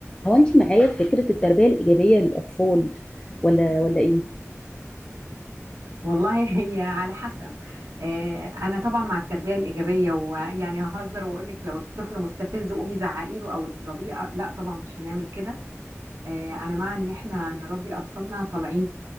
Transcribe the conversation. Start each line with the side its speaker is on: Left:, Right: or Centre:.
Left: هو انت معايا في فكرة التربية الإيجابية للأطفال ولا ولا ايه
Right: والله <laughs> هي على حسب آه، انا طبعا مع التربيه الايجابيه ويعني ههزر واقول لك لو الطفل مستفز قومي زعقي له او اضربيه آه، لا طبعا مش هنعمل كده آه، انا مع ان احنا نربي اطفالنا طالعين